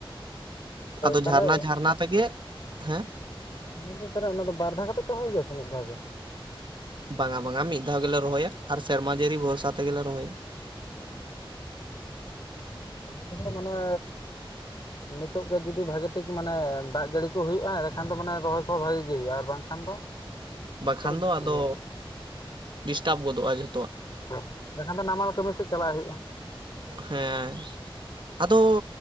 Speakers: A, on the right; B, on the left.
A: ᱟᱫᱚ
B: ᱛᱟᱦᱚᱞᱮ
A: ᱡᱷᱟᱨᱱᱟ ᱡᱷᱟᱨᱱᱟ ᱛᱮᱜᱮ, ᱦᱮᱸ!
B: ᱟᱫᱚ ᱢᱮᱱᱫᱤᱧ ᱛᱟᱦᱚᱞᱮ ᱚᱱᱟ ᱫᱚ ᱵᱟᱨ ᱫᱷᱟᱣ ᱠᱟᱛᱮ ᱠᱚ ᱨᱚᱦᱚᱭ ᱜᱮᱭᱟ ᱥᱮ ᱢᱤᱫ ᱫᱷᱟᱣ ᱜᱮ?
A: ᱵᱟᱝᱟ ᱵᱟᱝᱟ ᱢᱤᱫ ᱫᱷᱟᱣ ᱜᱮᱞᱮ ᱨᱚᱦᱚᱭᱟ ᱟᱨ ᱥᱮᱨᱢᱟ ᱡᱟᱹᱲᱤ ᱵᱷᱚᱨᱥᱟ ᱛᱮᱜᱮᱞᱮ ᱨᱚᱦᱚᱭᱟ ᱾
B: ᱨᱚᱦᱚᱭ ᱠᱚᱫᱚ ᱢᱟᱱᱮᱻ ᱱᱤᱛᱚᱜ ᱜᱮ ᱡᱩᱫᱤ ᱵᱷᱟᱜᱮ ᱴᱷᱤᱠ ᱢᱟᱱᱮ ᱫᱟᱜ ᱡᱟᱹᱲᱤ ᱠᱩ ᱦᱩᱭᱩᱜᱼᱟ ᱮᱸᱲᱮᱠᱷᱟᱱ ᱫᱚ ᱢᱟᱱᱮ ᱨᱚᱦᱚᱭ ᱠᱚᱦᱚᱸ ᱵᱷᱟᱜᱤ ᱜᱮ ᱦᱩᱭᱩᱜᱼᱟ ᱟᱨ ᱵᱟᱝ ᱠᱷᱟᱱ ᱫᱚ
A: ᱵᱟᱠᱷᱟᱱ
B: ᱠᱟᱹᱴᱤᱡ
A: ᱫᱚ ᱟᱫᱚ
B: ᱤᱭᱟᱹ
A: ᱰᱤᱥᱴᱟᱵᱽ ᱜᱚᱫᱚᱜᱼᱟ ᱡᱷᱚ
B: ᱰᱤᱥᱴᱟᱵ ᱜᱚᱫᱚᱜᱼᱟ, ᱮᱲᱮᱠᱷᱟᱱ ᱫᱚ ᱱᱟᱢᱟᱞ ᱠᱟᱹᱢᱤ ᱥᱮᱫ ᱪᱟᱞᱟᱜ ᱦᱩᱭᱩᱜᱼᱟ ᱾
A: ᱦᱮᱸ ᱾ ᱟᱫᱚ